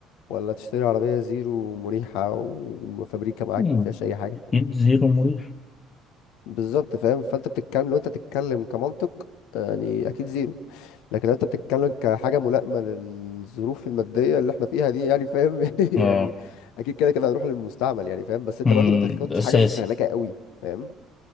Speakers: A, on the left (about 60°); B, on the left (about 35°).
A: ولا تشتري عربية زيرو مريحة وفابريكا معاك
B: مم.
A: ما فيهاش اي حاجة
B: اكيد زيرو مريح
A: بالظبط فاهم فانت بتتكلم لو انت بتتكلم كمنطق آه، يعني اكيد زيرو لكن لو انت بتتكلم كحاجة ملائمة للظروف المادية اللي احنا فيها دي يعني فاهم <laughs> يعني
B: اه
A: اكيد كده كده هنروح للمستعمل يعني فاهم بس انت
B: مم.
A: برضو بتاخدش
B: ده اساسي
A: حاجة مستهلكة قوي فاهم